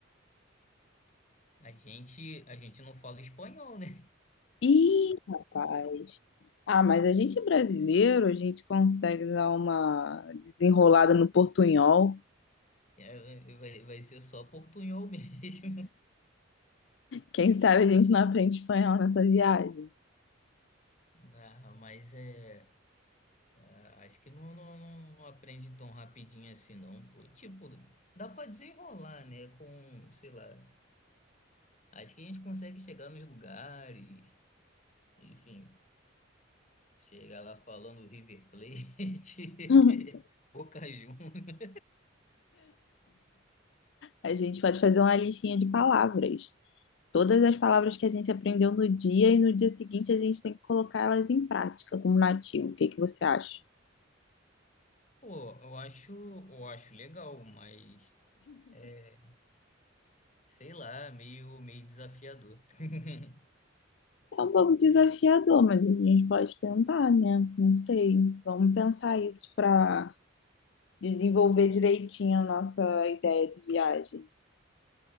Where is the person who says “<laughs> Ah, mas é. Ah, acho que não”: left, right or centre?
Left